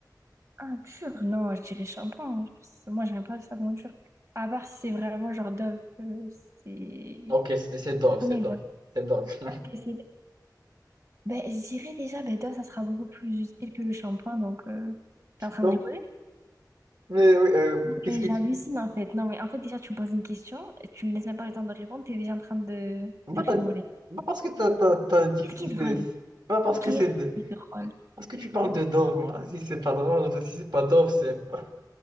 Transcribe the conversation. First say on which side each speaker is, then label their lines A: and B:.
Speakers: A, on the right (about 45°); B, on the right (about 75°).
A: Ah, dur, non, je dirais shampoing. hein. Genre, c'est- moi, j'aime pas le savon dur. À part si c'est vraiment genre Dove, euh, c'est
B: Ok, c'est c'est drôle,
A: On
B: c'est
A: est
B: drôle,
A: là.
B: c'est drôle. <laughs>
A: Ok, c'est là. Ben, je dirais déjà, ben, Dove, ça sera beaucoup plus utile que le shampoing, donc euh, t'es en train
B: Non,
A: de rigoler?
B: mais oui, euh,
A: Non,
B: qu'est-ce
A: mais
B: que...
A: j'hallucine
B: qu'est-ce que-
A: en fait. Non, mais en fait, déjà, tu me poses une question, tu me laisses même pas le temps de répondre, t'es déjà en train de,
B: Bah,
A: de rigoler.
B: t'as- bah, parce que t'as, t'as, t'as dit
A: Qu'est-ce
B: que c'était...
A: qui est drôle?
B: Pas parce que
A: Qu'est-ce
B: c'est... de-
A: qui est drôle?
B: Parce que tu parles de Dove, moi. Si c'est pas drôle, si c'est pas Dove, c'est... <laughs>